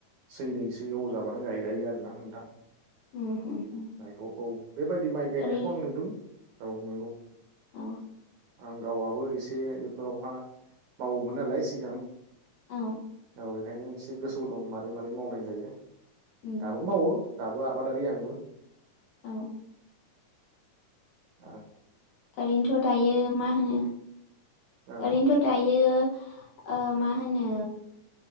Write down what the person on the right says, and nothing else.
सैनैसो एवजाबानो गायजायो आरोना नोंथां।
<unintelligible> बेबायदि माइ गायनायखौ
आं नुदों औ नंगौ।
आं गावआबो एसे बे फोरावहा मावोमोन नालाय सिगां।
अ बेखायनो एसे गोसोआव दं मारै मारै मावनाय जायो।
दाबो मावो दाबो आबादारि आंबो।
ओ
औ